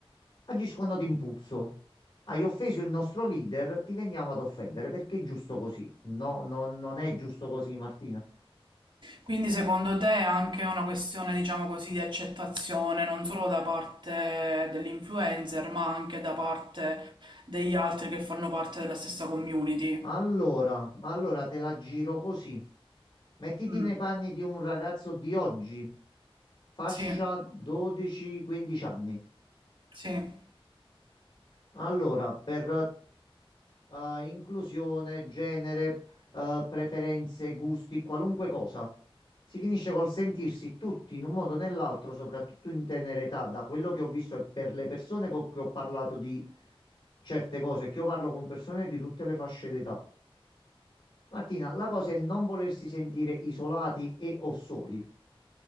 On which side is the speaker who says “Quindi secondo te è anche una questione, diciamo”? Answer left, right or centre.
Right